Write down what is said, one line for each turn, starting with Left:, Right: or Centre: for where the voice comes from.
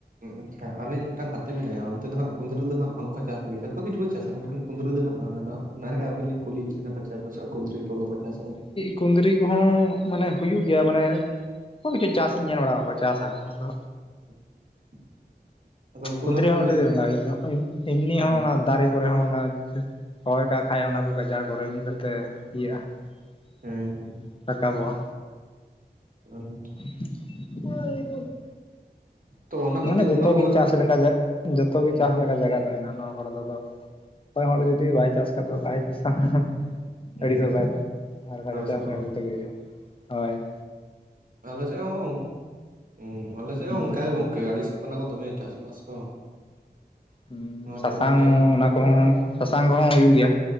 Right: ᱟᱪᱪᱷᱟ ᱟᱹᱞᱤᱧ ᱢᱤᱫᱴᱟᱝ ᱜᱟᱛᱮ ᱢᱮᱱᱟᱭᱟ ᱚᱱᱛᱮ ᱫᱚ ᱦᱟᱸᱜ ᱠᱩᱱᱫᱽᱨᱤ ᱫᱚ ᱦᱟᱸᱜ ᱵᱟᱝ ᱠᱚ ᱪᱟᱥ ᱜᱮᱭᱟ, ᱡᱷᱚᱛᱚ ᱠᱤᱪᱷᱩ ᱠᱚ ᱪᱟᱥᱟ ᱢᱮᱱᱠᱷᱟᱱ‌ ᱠᱩᱱᱫᱽᱲᱨᱤ ᱫᱚ ᱦᱟᱸᱜ ᱵᱟᱝ ᱟᱫᱚ ᱚᱱᱟᱜᱮ ᱟᱹᱵᱤᱱ ᱞᱤᱧ ᱠᱩᱞᱤ ᱮᱜ ᱵᱤᱱᱟ ᱯᱟᱪᱮ ᱟᱯᱮ ᱥᱮᱫ ᱦᱚᱸ ᱠᱩᱸᱱᱫᱽᱨᱤ ᱠᱚ ᱵᱟᱠᱚ ᱪᱟᱥᱼᱟ!
Left: ᱠᱩᱸᱫᱽᱨᱤ ᱠᱚᱦᱚ ᱢᱟᱱᱮ ᱦᱩᱭᱩᱜ ᱜᱮᱭᱟ ᱢᱟᱱᱮ <inaudible> ᱪᱟᱥ ᱤᱧ ᱧᱮᱞ ᱵᱟᱲᱟ ᱟᱠᱟᱫ ᱠᱚᱣᱟ ᱪᱟᱥᱟ ᱟᱠᱚ ᱾ ᱟᱫᱚ
Right: <inaudible> ᱟᱫᱚ ᱩᱱᱠᱩ
Left: ᱠᱩᱫᱽᱨᱤ
Right: ᱫᱚ ᱦᱟᱸᱜ
Left: ᱦᱚ
Right: ᱠᱩᱸᱫᱽᱨᱤ
Left: ᱟᱹᱰᱤ
Right: ᱠᱚ
Left: ᱨᱟᱸᱜᱟ ᱦᱩᱭᱩᱜ ᱫᱚ ᱦᱚᱭ ᱮᱢᱱᱤ
Right: ᱦᱩᱸ
Left: ᱦᱚ ᱚᱱᱟ ᱫᱟᱨᱮ ᱠᱚᱨᱮ ᱦᱚ ᱚᱱᱟ ᱨᱚᱦᱚᱭ ᱠᱟᱜ ᱠᱷᱟᱡ ᱚᱱᱟ ᱠᱚ ᱜᱟᱡᱟᱲ ᱠᱚᱨᱮ ᱢᱤᱫ ᱜᱷᱟᱹᱲᱤᱡ ᱛᱮ ᱤᱭᱟᱹᱜᱼᱟ
Right: ᱦᱮᱸ
Left: ᱾
Right: ᱦᱮᱸ
Left: ᱨᱟᱠᱟᱵ ᱚᱜᱼᱟ᱾
Right: ᱦᱩᱸ ᱾
Left: <inaudible>
Right: ᱛᱚ ᱚᱱᱟ ᱠᱚᱛᱮ
Left: ᱢᱟᱱᱮ ᱡᱷᱚᱛᱚ
Right: ᱚᱱᱟ ᱠᱚ
Left: ᱜᱮ ᱪᱟᱥ ᱞᱮᱠᱟ ᱡᱟ ᱡᱷᱚᱛᱚ ᱜᱮ
Right: ᱦᱩᱸ
Left: ᱪᱟᱥ ᱞᱮᱠᱟ ᱡᱟᱭ ᱜᱟ ᱦᱮᱱᱟᱜᱼᱟ ᱱᱚᱣᱟ ᱠᱚᱨᱮ ᱫᱚ ᱟᱫᱚ ᱚᱠᱚᱭ ᱦᱚᱲ ᱡᱩᱫᱤ ᱵᱟᱭ ᱪᱟᱥ ᱠᱷᱟᱡ ᱫᱚ ᱵᱟᱭ ᱪᱟᱥᱟ ᱾
Right: ᱦᱩᱸ
Left: ᱟᱹᱲᱤ ᱫᱚ ᱵᱟᱭ ᱫᱚ ᱟᱨ ᱵᱟᱠᱷᱟᱡ
Right: ᱟᱞᱮ
Left: ᱫᱚ ᱪᱟᱥ
Right: ᱥᱮᱫ ᱠᱷᱚᱱ
Left: ᱞᱮᱠᱷᱟᱡ ᱡᱷᱚᱛᱚ ᱜᱮ ᱦᱩᱭᱩᱜᱼᱟ ᱦᱳᱭ ᱾
Right: ᱟᱞᱮ ᱥᱮᱜ ᱦᱚᱸ ᱦᱩᱸ ᱟᱞᱮ ᱥᱮᱜ ᱦᱚᱸ
Left: ᱦᱩᱸ
Right: ᱚᱝᱠᱟ ᱜᱮ ᱜᱚᱝ ᱠᱮ ᱟᱲᱤ ᱥᱚᱛᱚ ᱱᱟ ᱚᱱᱟ ᱠᱚ ᱫᱚᱢᱮ ᱪᱟᱥ ᱵᱟᱥ ᱠᱚ
Left: ᱦᱩᱸ
Right: ᱚᱱᱟᱛᱮ
Left: ᱥᱟᱥᱟᱝ
Right: ᱵᱟᱠᱚ ᱪᱟᱥ ᱵᱟᱲᱟᱜ
Left: ᱚᱱᱟ ᱠᱚᱦᱚ ᱥᱟᱥᱟᱝ ᱠᱚᱦᱚ ᱦᱩᱭᱩᱜ ᱜᱮᱭᱟ,